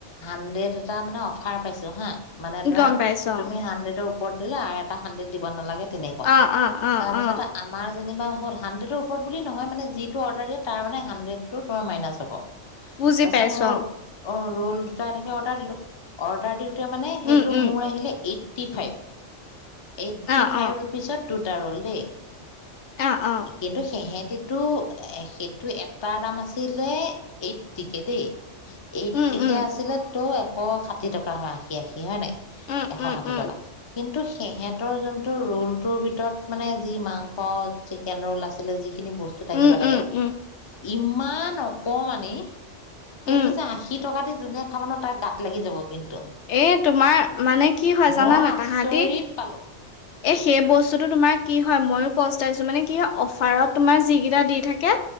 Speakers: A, on the left; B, on the left.
A: হাড্ৰেড এটা মানে অফাৰ পাইছোঁ হা। মানে ধৰা
B: গম পাইছো
A: তুমি হাড্ৰেডৰ ওপ দিলে আৰু এটা হাণ্ড্ৰেড দিব নালাগে, তেনেকুৱা,
B: অ অ অ অ
A: তাৰপিছত
B: অ
A: আমাৰ যেনা হ'ল হানড্ৰেদ বুলি নহয় মানে যিটো অৰ্ডাৰ দিয়ে তাৰ মে হানড্ৰেডটো তোমাৰ মনাচ হব।
B: বুজি
A: তাৰপিছত
B: পাইছোঁ।
A: মোৰ
B: অ',
A: অ', ৰুল দুটা এনেকে অডাৰ দিলোঁ। অৰ্ডাৰ মানে সেইটো,
B: উম উম
A: মোৰ আহিলে এইট ফফটি ফাইভ। এইট্টি
B: অ
A: ফাইভ
B: অ
A: ৰুপিচত দু ৰল' দেই।
B: অ অ
A: কিন্তু সেহে এইটো সেইটো এটাৰ দাম আছিলে এইটটিকে দে এইটটিকে
B: উম, উম,
A: আছিলে ত অ সাত ষাঠ টকা আশী আশী হয়নে
B: উম,
A: এশ
B: উম,
A: ষাঠি
B: উম,
A: টকা কিন্তু সিহেঁতৰ যোনটো ৰোলটোৰ ভিতৰত মানে যি মাংস চিকেন ৰোল আছিলে যি খিনি বস্তু থাকিব
B: উম,
A: লাগে
B: উম, উম,
A: ইমান অকমানি সেইটো
B: উম।
A: যে আশী টকা দি যুনে খাব ন তাৰ গাত লাগি যাব কিন্তু
B: এ তোমাৰ মানে কি হয়
A: মই
B: জানানে
A: আচৰিত
B: তাহাঁতি
A: পালো
B: এ সেই বস্তুটো তোমাৰ কি হয় ময়ো পস্তাইছো মানে কি হয় অফাৰত তুমাৰ যিকিটা দি থাকে